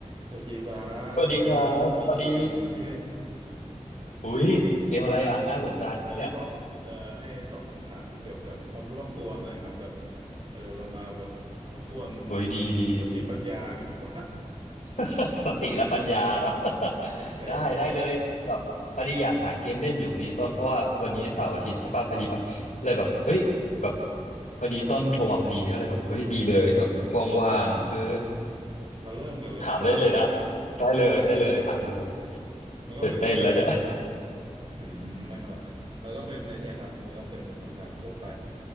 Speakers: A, on the right; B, on the left.
A: สวัสดีบาสวันนี้มีเกมมาให้เล่น
B: สวัสดีครับสวัสดีหุยเกมอะไรอ่ะน่าสนใจเนี่ย
A: อ่าเดี๋ยวจะตอบจะให้ตอบคำถามเกี่ยวกับความรู้รอบตัวหน่อยครับแบบเออเรามาแบบทบทวน
B: หุยดีดี
A: สติปัญญากันดีกว่า
B: <laughs>
A: <laughs>
B: สติและปัญญาเนาะ
A: โอเค
B: <laughs>
A: โอเค
B: ได้ได้เลยแบบพอดีอยากหาเกมเล่นอยู่พอดีต้นเพราะว่าวันนี้เสาร์อาทิตย์ใช่ป่ะพอดีแบบเลยแบบเอ้ยแบบพอดีต้นโทรมาพอดีก็เลยแบบเฮ้ยดีเลยแบบ
A: อ่าฮะ
B: ว่างๆเออ
A: มาเริ่มกันเลยไหมแบบ
B: ถามได้เลยนะได้เลยได้เลยถามเลย
A: โอเคมันก็เป็น
B: ตื่นเต้นแล้วเนี่ย
A: อืมไม่ขนาดนะมันก็เป็นไอเนี่ยครับมันก็เป็นคำถามทั่วไป